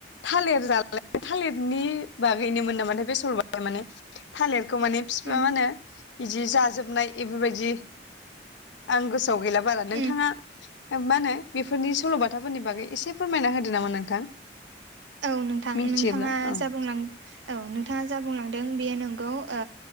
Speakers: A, on the left (about 85°); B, on the right (about 90°).
A: थालिर जालाय थालिरनि बागैनोमोन नामाथाय बे सल'बाथाया माने थालिरखौ माने बिफा मा
B: उम
A: होनो बिदि जाजोबनाय बेफोरबायदि आं गोसोयाव गैला बारा। नोंथाङा
B: उम
A: मा होनो बेफोरनि सल'बाथाफोरनि बागै एसे फोरमायना होदो नामा नोंथां।
B: औ नोंथां
A: मिथियोब्ला
B: नोंथाङा
A: औ
B: जा बुंलांदों औ नोंथाङा जा बुंलांदों बेयो नंगौ ओ